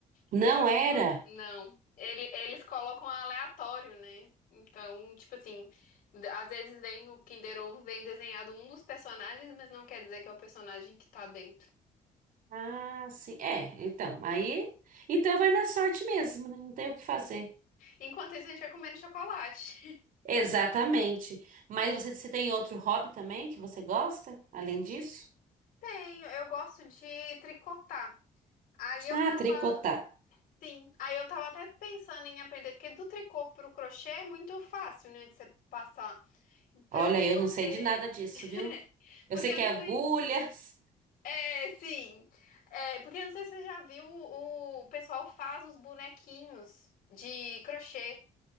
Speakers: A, on the right; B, on the left.
A: Não
B: Era
A: era?
B: o outro. Não. Ele, eles colocam aleatório, né? Então, tipo assim, d- às vezes vem no Kinder Ovo, vem desenhado um dos personagens, mas não quer dizer que é o personagem que tá dentro.
A: Ah, sim. É, então, aí. Então vai na sorte mesmo, né? Não tem o que fazer.
B: Enquanto isso, a gente vai comendo chocolate.
A: Exatamente. Mas você, você tem outro hobby também que você gosta, além disso?
B: <laughs> Tenho, eu gosto de tricotar. Aí eu tava.
A: Ah, tricotar.
B: Sim, aí eu tava até pensando em aprender, porque do tricô pro crochê é muito fácil, né, de você passar. Pra
A: Olha,
B: eu poder.
A: eu não sei de nada disso,
B: <laughs>
A: viu? Eu
B: Porque
A: sei
B: eu
A: que
B: não
A: é agulhas.
B: sei. É, sim. É, porque eu não sei se você já viu, o o pessoal faz os bonequinhos de crochê.